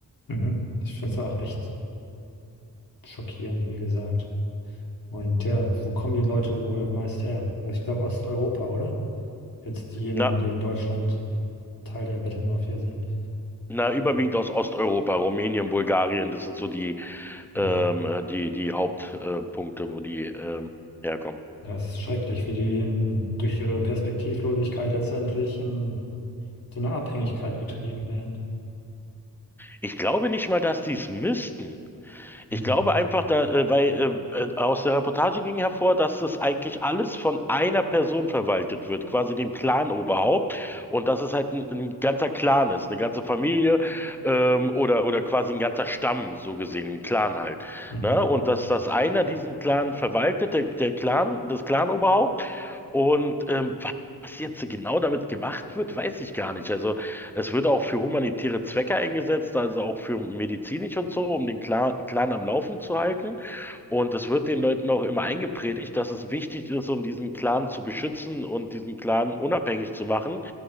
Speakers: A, on the left (about 65°); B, in the centre.
A: Mhm. Ich finde es auch echt schockierend, wie gesagt. Und ja, wo kommen die Leute wohl meist her? Also ich glaube Osteuropa, oder? Jetzt diejenigen,
B: Na,
A: die in Deutschland Teil der Bettelmafia sind.
B: Na, überwiegend aus Osteuropa, Rumänien, Bulgarien, das sind so die,
A: Mhm.
B: ähm, äh, die, die Hauptpunkte, äh, Punkte, wo die ähm, herkommen.
A: Ja, es ist schrecklich, wie die in, durch ihre Perspektivlosigkeit letztendlich in so eine Abhängigkeit getrieben werden.
B: Ich glaube nicht mal, dass die es müssten.
A: Mhm.
B: Ich glaube einfach, da, äh, weil äh, äh, aus der Reportage ging hervor, dass das eigentlich alles von einer Person verwaltet wird, quasi dem Clan-Oberhaupt. Und dass es halt ein, ein ganzer Clan ist, eine ganze Familie ähm, oder, oder quasi ein ganzer Stamm, so gesehen, ein Clan halt.
A: Mhm.
B: Ne? Und dass, dass einer diesen Clan verwaltet, der, der Clan, das Clan-Oberhaupt. Und ähm, wa- was jetzt genau damit gemacht wird, weiß ich gar nicht. Also es wird auch für humanitäre Zwecke eingesetzt, also auch für medizinisch und so, um den Clan, Clan am Laufen zu halten. Und es wird den Leuten auch immer eingepredigt, dass es wichtig ist, um diesen Clan zu beschützen und diesen Clan unabhängig zu machen.